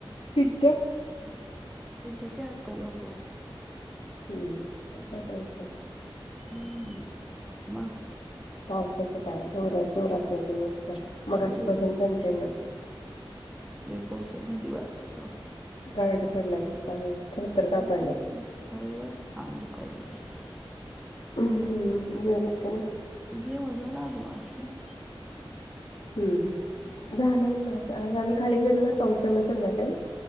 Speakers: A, on the left; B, in the centre.
A: चिट्या
B: चिंट्टया काय आता झोपलाय.
A: हम्म आता काय उठल
B: हम्म म
A: पावसाच काय जोर हाय जोरात हाय दिवसभर
B: मग
A: मगाच्या पासून कंटिन्यू
B: लय पाऊस हाय थंडी वाजती पार
A: गारठ पडलय नुसतं थर थर कापायलंय.
B: हम्म होय बाई अंग दुखायले दिसतं
A: तुम्ही <unintelligible> जेवलात का नाय
B: जेवलो बाबू आस मी
A: हम्म झालंय माझा आज आम्ही खाली गेलो नाय पावसामुळं संध्याकाळी.